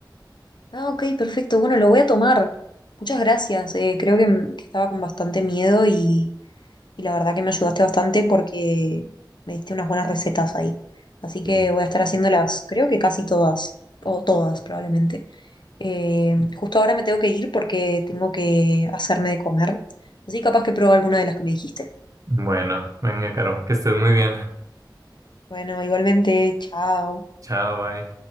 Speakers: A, on the left (about 70°); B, on the right (about 45°).
A: Ah, ok, perfecto. Bueno, lo voy a tomar. Muchas gracias. Eh, creo que, m- que estaba con bastante miedo y, y la verdad que me ayudaste bastante porque me diste unas buenas recetas ahí. Así que
B: Sí.
A: voy a estar haciéndolas, creo que casi todas, o todas probablemente. Eh, justo ahora me tengo que ir porque tengo que hacerme de comer. Así capaz que pruebo alguna de las que me dijiste.
B: Bueno, venga, Caro, que estés muy bien.
A: Bueno, igualmente, chao.
B: Chao, bye.